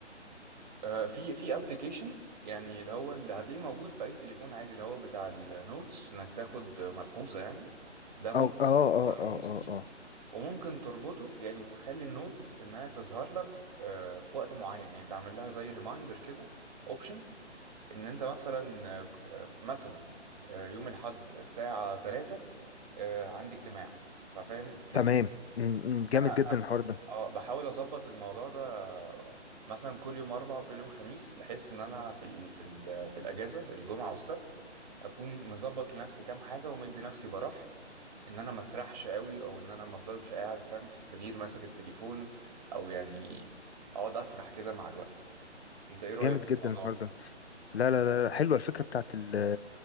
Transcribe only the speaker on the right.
آه، في في ابلكيشن يعني اللي هو اللي هتلاقيه موجود في اي تليفون عادي اللي هو بتاع النوتس انك تاخد ملحوظه يعني ده ممكن
تحطه على
الهوم سكرين
وممكن تربطه يعني تخلي النوت انها تظهر لك آه، في وقت معين يعني تعمل لها زي ريمايندر كده اوبشن ان انت مثلا آه، آه، مثلا آه، يوم الاحد الساعه 3 آه، عندي اجتماع ففاهم كده
انا
انا
اه بحاول اظبط الموضوع ده مثلا كل يوم اربع كل يوم خميس بحيث ان انا في ال في ال في الاجازه الجمعه والسبت اكون مظبط لنفسي كام حاجه ومدي نفسي براح ان انا ما اسرحش قوي او ان انا ما افضلش قاعد فاهم في السرير ماسك التليفون او يعني اقعد اسرح كده مع الوقت انت ايه رايك
في
الموضوع
ده